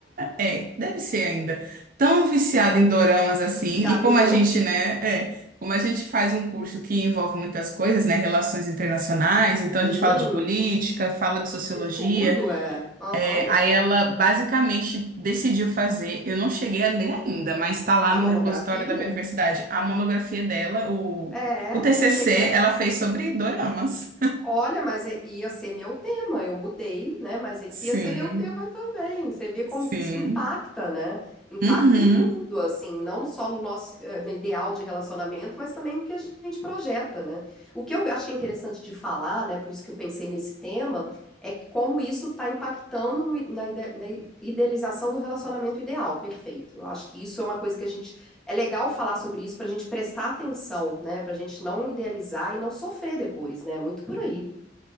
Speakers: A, on the right; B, in the centre.
A: é, deve ser ainda, tão viciada em doramas assim,
B: Viciado
A: e como
B: em dorama.
A: a gente, né, é, como a gente faz um curso que envolve muitas coisas, né, relações internacionais, então
B: Sim,
A: a gente fala de política, fala de sociologia,
B: de tudo é. Aham.
A: É, aí ela basicamente decidiu fazer, eu não cheguei a ler ainda, mas está lá
B: A
A: no
B: monografia?
A: repositório da minha universidade, a monografia dela, o,
B: É,
A: o TCC,
B: eu cheguei a.
A: ela fez sobre doramas.
B: Olha, mas é- ia ser meu tema. Eu mudei, né? Mas esse
A: Sim,
B: ia ser meu tema também. Você vê como
A: sim.
B: que isso impacta, né? Impacta
A: Uhum.
B: em tudo, assim, não só no nosso eh, no ideal de relacionamento, mas também no que a gente projeta, né? O que eu achei interessante de falar, né? Por isso que eu pensei nesse tema, é como isso está impactando no i- na ide- na idealização do relacionamento ideal. Perfeito. Eu acho que isso é uma coisa que a gente é legal falar sobre isso para a gente prestar atenção, né? Para a gente não idealizar e não sofrer depois, né? Muito por aí.